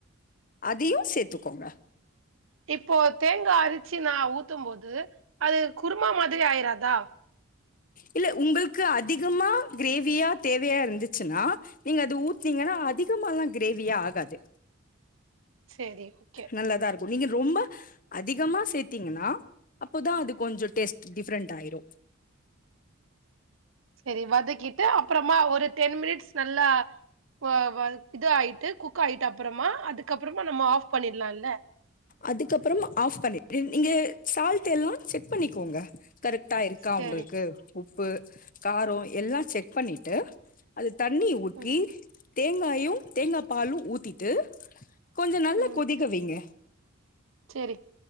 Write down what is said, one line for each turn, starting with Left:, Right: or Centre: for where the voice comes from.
Left: அதையு சேத்துக்கோங்க
Right: இப்போ தேங்கா அரிச்சு நா ஊத்தும் போது அது குருமா மாதிரி ஆயிராதா
Left: இல்ல உங்களுக்கு அதிகமா கிரேவியா தேவையா இருந்துச்சுன்னா நீங்க அது ஊத்னீங்கனா அதிகமால்லா கிரேவியா ஆகாது
Right: சரி ஓகே
Left: நல்லாதா இருக்கு நீங்க ரொம்ப அதிகமா சேத்தீங்கன்னா அப்போதா அது கொஞ்சோ டேஸ்ட் டிஃப்ரண்ட் ஆயிரு
Right: சரி வதக் கிட்டு அப்புறமா ஒரு டென் மினிட்ஸ் ந நல்லா வ வ இது ஆயிட்டு குக் ஆய்ட்டு அப்புறமா அதுக்கப்புறமா நம்ம ஆஃப் பண்ணிட்லால்ல
Left: அதுக்கப்புறம் ஆஃப் பண்ணிட்டு நீங்க சால்ட் எல்லா செக் பண்ணிக்கோங்க கரெக் டா இருக்கா
Right: சரி.
Left: உங்களுக்கு உப்பு காரோ எல்லா செக் பண்ணிட்டு அது தண்ணி ஊத்தி
Right: ம்
Left: தேங்காயும் தேங்கா பாலு ஊத்திட்டு கொஞ்ச நல்லா
Right: ம்
Left: கொதிக்க வைங்க
Right: சரி